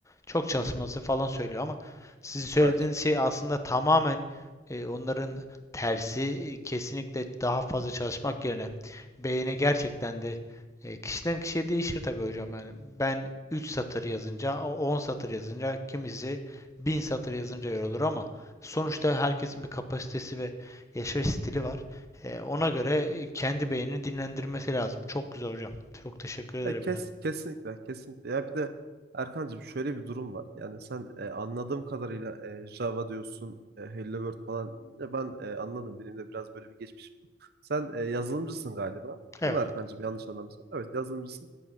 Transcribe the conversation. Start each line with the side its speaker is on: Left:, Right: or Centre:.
Left: Çok çalışması falan söylüyor ama sizin söylediğiniz
Right: Evet.
Left: şey aslında tamamen e, onların tersi. E, Kesinlikle daha fazla çalışmak yerine beyine gerçekten de e, kişiden kişiye değişir tabii hocam yani. Ben 3 satır yazınca, 10 satır yazınca kimisi 1000 satır yazınca yorulur ama sonuçta herkesin bir kapasitesi ve yaşayış stili var. Ee, ona göre kendi beynini dinlendirmesi lazım. Çok güzel hocam. Çok teşekkür ederim
Right: Ya kes,
Left: yani.
Right: kesinlikle, kesinlikle. Ya bir de Erkancığım şöyle bir durum var. Yani sen e, anladığım kadarıyla e, Java diyorsun, e, Hello World falan. Ya ben e, anladım. Benim de biraz böyle bir geçmişim. var. Sen e, yazılımcısın galiba.
Left: Evet,
Right: Değil mi Erkancığım? Yanlış anlamıyorsam. Evet, yazılımcısın.